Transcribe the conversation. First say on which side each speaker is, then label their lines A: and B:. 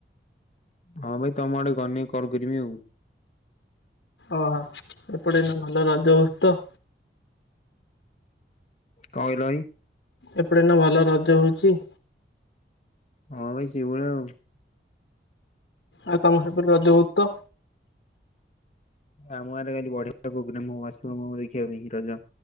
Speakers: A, on the left (about 40°); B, on the left (about 75°).
A: ହଁ ଭାଇ ତମ ଆଡେ ଗନେ କଲ କରିବି ଆଉ।
B: ଓହୋ ଏପଟେ ଏନା ଭଲ ରଜ ହଉଛି ତ?
A: କଣ କହିଲା ଭାଇ?
B: ସେପଟେ ଏଇନା ଭଲ ରଜ ହଉଛି?
A: ହଁ ଭାଇ ସେଇଭଳିଆ ଆଉ।
B: ଆଉ ତମ ସେପଟେ ରଜ ହଉଚି ତ?
A: ଆମ ଗାଁ ରେ କାଲି ବଢିଆ ପୋଗ୍ରାମ ହବ ଆସିବ <unintelligible> ଦେଖିବା ପାଇଁ ହିଁ ରଜ।